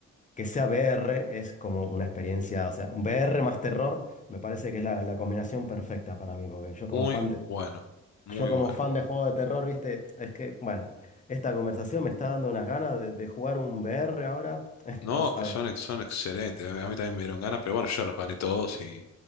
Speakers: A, on the left (about 25°); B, on the left (about 60°).
A: que sea VR, es como una experiencia, o sea, un VR más terror, me parece que es la, la combinación perfecta para mí, porque yo como
B: Muy
A: fan
B: bueno, muy
A: Yo como
B: bueno.
A: fan de juego de terror, viste, es que, bueno, esta conversación me está dando unas ganas de, de jugar un VR ahora, <laughs>
B: No,
A: no sabes.
B: que son, ex- son excelentes. A mí a mí también me dieron ganas, pero bueno, yo ya los gané todos y